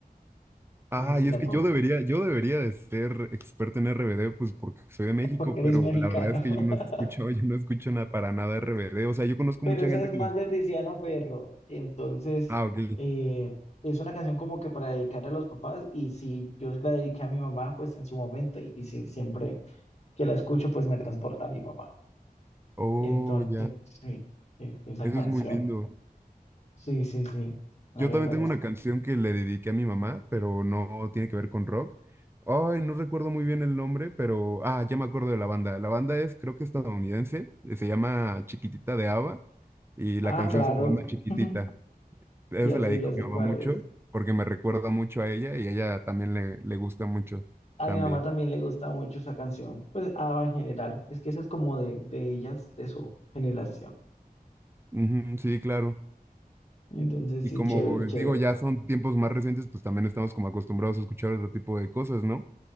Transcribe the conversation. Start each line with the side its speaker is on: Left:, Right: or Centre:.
Left: no
Right: Ah,
Left: sé si
Right: y
Left: la
Right: es que
Left: topas,
Right: yo debería, yo debería de ser experto en RBD, pues porque soy de México,
Left: <laughs> porque
Right: pero
Left: eres mexicano,
Right: la verdad es que
Left: <laughs>
Right: yo no escucho, yo no escucho nada para nada RBD. O sea, yo conozco
Left: pero
Right: mucha
Left: esa
Right: gente
Left: es más
Right: que los...
Left: de Tiziano Ferro, entonces,
Right: Ah, ok.
Left: eh, es una canción como que para dedicarle a los papás y si yo se la dediqué a mi mamá, pues en su momento y, y sí, siempre que la escucho, pues me transporta a mi papá.
Right: Oh,
Left: Entonces,
Right: ya.
Left: sí, eh, esa
Right: Eso
Left: canción.
Right: es muy lindo.
Left: Sí, sí, sí, la
Right: Yo
Left: verdad,
Right: también tengo
Left: sí.
Right: una canción que le dediqué a mi mamá, pero no tiene que ver con rock. Ay, no recuerdo muy bien el nombre, pero... Ah, ya me acuerdo de la banda. La banda es, creo que estadounidense, eh, se llama Chiquitita de Ava y la
Left: Ah,
Right: canción
Left: claro,
Right: se llama Chiquitita.
Left: <laughs>
Right: Esa
Left: ya
Right: se la
Left: sé,
Right: dedico
Left: ya
Right: a
Left: sé
Right: mi mamá
Left: cuál
Right: mucho
Left: es.
Right: porque me recuerda mucho a ella y a ella también le, le gusta mucho
Left: A
Right: también.
Left: mi mamá también le gusta mucho esa canción, pues ABBA en general. Es que esa es como de, de ellas, de su generación.
Right: Ujú, sí, claro.
Left: Entonces,
Right: Y
Left: sí,
Right: como
Left: chévere, chévere.
Right: digo, ya son tiempos más recientes, pues también estamos como acostumbrados a escuchar otro tipo de cosas, ¿no?